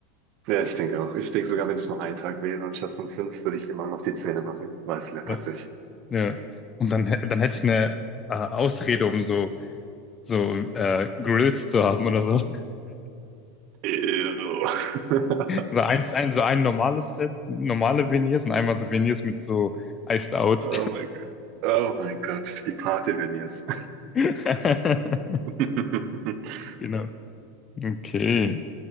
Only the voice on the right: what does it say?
Ja, ich denke auch. Ich denke sogar, wenn es nur ein Tag wäre, anstatt von fünf, würde ich immer noch die Zähne machen, weil es läppert
sich.
Ew. <laughs>
Oh mein Gott. Oh mein Gott, die Party-Veneers.
<laughs>